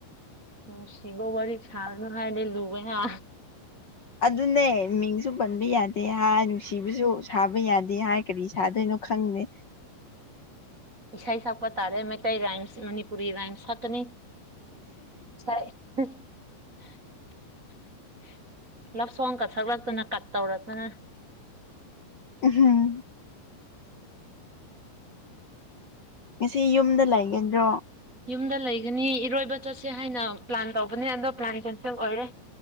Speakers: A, on the right; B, on the left.
A: ꯎꯝ ꯅꯨꯡꯁꯤꯕ ꯋꯥꯔꯤ ꯁꯥꯒꯅꯨ ꯍꯥꯏꯔꯗꯤ ꯂꯨꯢꯍꯥ
B: ꯑꯗꯨꯅꯦ ꯃꯤꯡꯁꯨ ꯄꯟꯕ ꯌꯥꯗꯦ ꯍꯥꯏ ꯅꯨꯡꯁꯤꯕꯁꯨ ꯁꯥꯥꯕ ꯌꯥꯗꯦ ꯍꯥꯏ ꯀꯔꯤ ꯁꯥꯗꯣꯏꯅꯣ ꯈꯪꯗꯦ
A: ꯏꯁꯩ ꯁꯛꯄ ꯇꯥꯔꯦ ꯃꯩꯇꯩ ꯔꯥꯏꯝꯁ ꯃꯅꯤꯄꯨꯔꯤ ꯔꯥꯏꯝꯁ ꯁꯛꯀꯅꯤ ꯁꯩ ꯍ <unintelligible> ꯂꯥꯞ ꯁꯣꯡꯒ ꯁꯛꯂꯛꯇꯅ ꯀꯠ ꯇꯧꯔꯛꯇꯅ
B: ꯎꯝꯍꯨꯝ ꯉꯁꯤ ꯌꯨꯝꯗ ꯂꯩꯒꯗ꯭ꯔꯣ
A: ꯌꯨꯝꯗ ꯂꯩꯒꯅꯤ ꯏꯔꯣꯏꯕ ꯆꯠꯁꯦ ꯍꯥꯏꯅ ꯄ꯭ꯂꯥꯟ ꯇꯧꯕꯅꯦ ꯑꯗꯣ ꯄ꯭ꯂꯥꯟ ꯀꯦꯟꯁꯦꯜ ꯑꯣꯏꯔꯦ